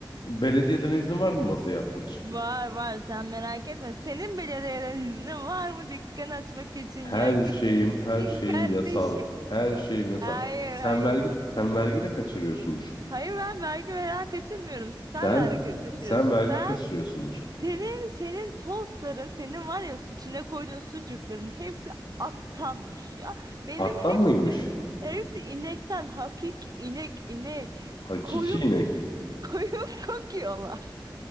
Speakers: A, on the left; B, on the right.
A: Belediyeden iznin var mı masaya atmak için?
B: Var var sen merak etme. Senin belediyeden iznin var mı dükkan açmak için
A: Her
B: ya? Gittin
A: şeyim, her şeyim
B: kardeşim.
A: yasal. Her şeyim yasal.
B: Hayır
A: Sen
B: hayır.
A: vergi, sen vergi de kaçırıyorsundur.
B: Hayır ben vergi veren kaçırmıyorum. Sen
A: Sen,
B: vergi kaçırıyorsun.
A: sen vergi
B: Sen
A: kaçırıyorsundur.
B: senin senin tostların senin var ya içine koyduğun sucukların hepsi attanmış ya. Benim
A: Attan
B: hepsi
A: mıymış?
B: hepsi inekten hakik inek inek
A: Hakiki
B: koyun
A: inek.
B: koyun <laughs> kokuyorlar.